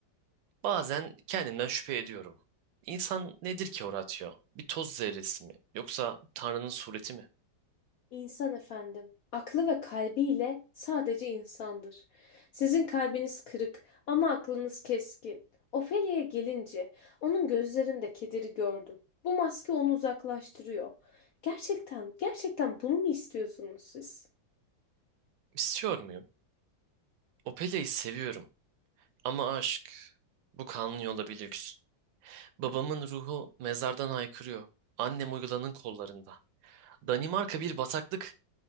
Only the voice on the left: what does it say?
İnsan efendim, aklı ve kalbiyle sadece insandır. Sizin kalbiniz kırık ama aklınız keskin. Ofelia'ya gelince onun gözlerinde kederi gördüm. Bu maske onu uzaklaştırıyor. Gerçekten, gerçekten bunu mu istiyorsunuz siz?